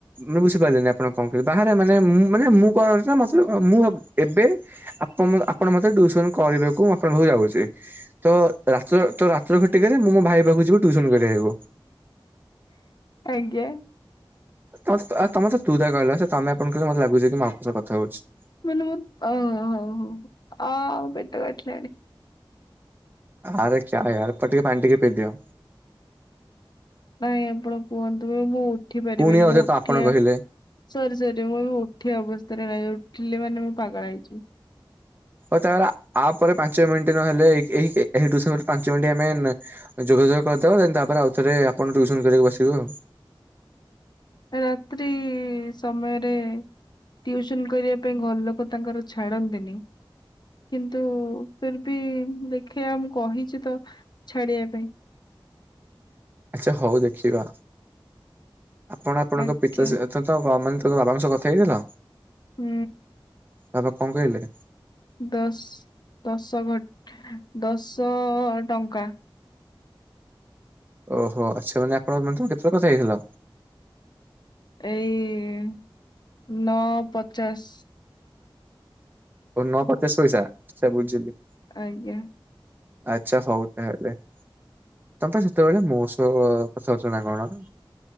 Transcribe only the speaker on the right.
ମୁଁ ବୁଝିପାରିଲିନି ଆପଣ କଣ କହିଲେ ବାହାରେ ମାନେ ମୁଁ ମାନେ ମୁଁ କଣ ନା ମ ମୁଁ ଏବେ। ଆପଣ ମ ଆପଣ ମତେ ଟୁସନ କରିବାକୁ ମୁଁ ଆପଣ ପାଖକୁ ଯାଉଛି। ତ ରାତ୍ର ରାତ୍ର ଘଟିକାରେ ମୁଁ ମୋ ଭାଇ ପାଖକୁ ଯିବି ଟିଉସନ୍ କରିଆକୁ।
ତ ମ ତ ତମେ ତ ମତେ ତୁ ତାକର କହିଲ ସେ ତମେ ଆପଣ କହିଲେ ମତେ ଲାଗୁଛି କି ମୁଁ ଆଉ କାହା ସହ କଥା ହଉଛି।
ଆରେ କ୍ୟା ୟାର ପଟିଏ ପାଣି ଟିକେ ପିଦିଅ।
ପୁଣି ଆଉଥରେ
ତ
ଆପଣ କହିଲେ
ଓ ତାହଲେ ଆ ପରେ ପାଞ୍ଚ ମିନିଟ ନ ହେଲେ ପାଞ୍ଚ ମିନି ଆମେ ଯୋଗା ଯୋଗ କରିଦେବ ଦେନ୍ ତାପରେ ଆଉ ଥରେ ଆପଣ ଟ୍ୟୁସନ କରିବାକୁ ବସିବେ ଆଉ।
ଆଚ୍ଛା ହଉ ଦେଖିବା ଆପଣ ଆପଣଙ୍କ
ପିତା ସ ତ ତ ଆମେ ମାନେ ତମ ବାବାଙ୍କ ସହ କଥା ହେଇଥିଲ?
ବାବା କଣ କହିଲେ?
ଓହୋ ଆଚ୍ଛା ମାନେ ଆପଣଙ୍କ ମାନେ ତମେ କେତେବେଳେ କଥା ହେଇଥିଲ?
ଓ ନୂଆ ପଚାଶ ପଇସା ସେ ବୁଝିବି।
ଆଚ୍ଛା ହଉ ତାହେଲେ। ତମେପା ସେତେବେଳେ ମୋ ସହ କଥା ହଉଥିଲ ନାକଣ?